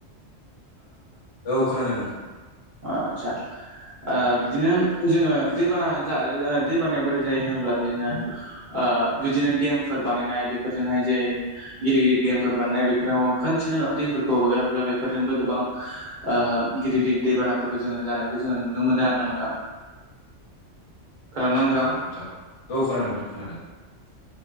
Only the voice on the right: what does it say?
आतसा ओ बिदिनो जोङो दैबाना जा जा दैबानाया बोरै जायो होनोब्ला बिदिनो ओ ओ बिदिनो देमफोर बानायनाय बेफोरजोंहाय जे गिदिर गिदिर देमफोर बानायनाय बेफोराव खोनसेनो दैफोरखौ हगारहोब्ला बेफोरजोंबो गोबां ओ गिदिर गिदिर दैबानाफोरखौ जोङो जानायखौ जोङो नुनो मोनो आरो ना नोंथां। खोनादोंना नोंथाङा